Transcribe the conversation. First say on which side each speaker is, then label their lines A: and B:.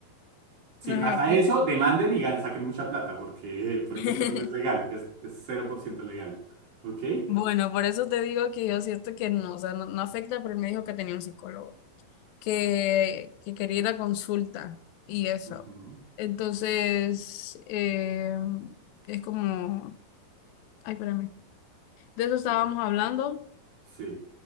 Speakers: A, on the right; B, on the left.
A: si
B: ajá,
A: pasa
B: bueno.
A: eso, demanden y gan- saquen mucha plata porque, <laughs> porque
B: <laughs>
A: eso no es legal, es, es 0% legal. ¿Ok?
B: Bueno, por eso te digo que yo siento que no, o sea, no, no afecta, pero él me dijo que tenía un psicólogo. que, que quería ir a consulta y eso.
A: Ujú.
B: Entonces, eh, es como, ay, espérame, de eso estábamos
A: Eh,
B: hablando
A: Sí.